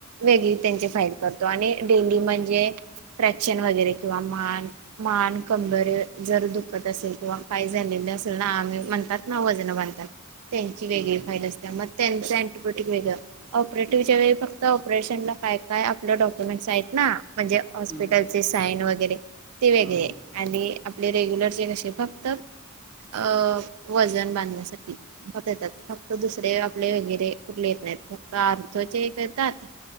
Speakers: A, on the right (about 85°); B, on the right (about 40°).
A: वेगळी त्यांचे फाईद करतो आणि डेली म्हणजे ट्रॅक्शन वगैरे किंवा मान. मान कंबर जर दुखत असेल किंवा काही झालेले असेल ना आम्ही म्हणतात ना वज बांधतात त्यांची वेगळी
B: हम्म
A: फाईल असते मग त्यांच अँटिबायोटिक वेगळं. ऑपरेटिव्हच्या वेळी फक्त ऑपरेशनला काय काय आपलं डॉक्युमेंट्स आहेत ना. म्हणजे हॉस्पिटलचे
B: हम्म
A: साईन वगैरे ते वेगळे
B: हम्म
A: आहे. आणि आपले रेग्युलर जे कसे फक्त अ वजन बांधण्यासाठी. होत येतात फक्त दुसरे आपले वगैरे कुठले येत नाहीत फक्त ऑर्थो एक येतात.